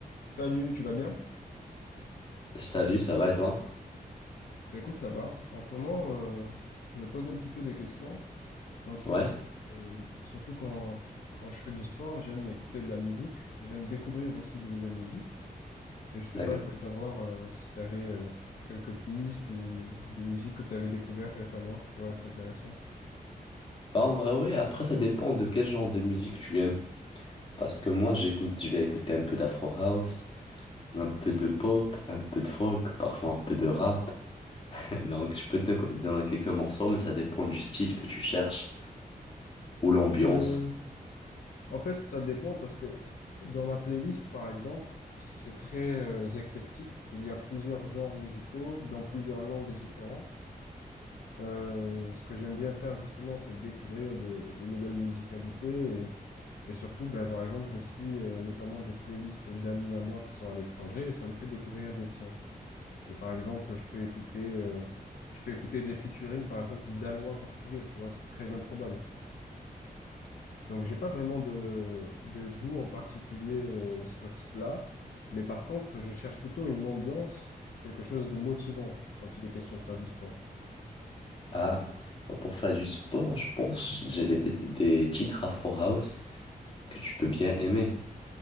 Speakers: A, on the left; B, on the left.
A: Salut, tu vas bien?
B: Salut, ça va et toi?
A: Ben écoute, ça va. En ce moment, euh, je me pose un petit peu des questions, dans le sens,
B: Ouais,
A: euh, surtout quand, quand je fais du sport, j'aime écouter de la musique, j'aime découvrir aussi de nouvelles musiques. Et je sais
B: d'accord.
A: pas, je voulais savoir euh, si tu avais quelques pistes ou des musiques que tu avais découvertes récemment qui pourraient être intéressantes.
B: Bah, en vrai, ouais, après, ça dépend de quel genre de musique tu aimes. Parce que moi, j'écoute, je vais écouter un peu d'Afro House, un peu de pop, un peu de folk, parfois un peu de rap. <laughs> Donc, je peux te co- donner quelques morceaux, mais ça dépend du style que tu cherches ou l'ambiance.
A: Euh, en fait, ça dépend parce que dans ma playlist, par exemple, c'est très euh, éclectique. Il y a plusieurs genres musicaux dans plusieurs langues différentes. Euh, ce que j'aime bien faire justement, c'est de découvrir des, des nouvelles musicalités et, et surtout, ben, par exemple, je suis euh, notamment des playlists d'amis à moi qui sont à l'étranger et ça me fait découvrir des sons. Et par exemple, je peux écouter, euh, je peux écouter des featuring, par exemple, danois-portugais, tu vois, c'est très improbable. Donc, j'ai pas vraiment de, de goût en particulier euh, sur cela, mais par contre, je cherche plutôt une ambiance, quelque chose de motivant quand il est question de faire du sport.
B: Ah, bah, pour faire du sport, je pense, que j'ai des, des titres Afro House que tu peux bien aimer.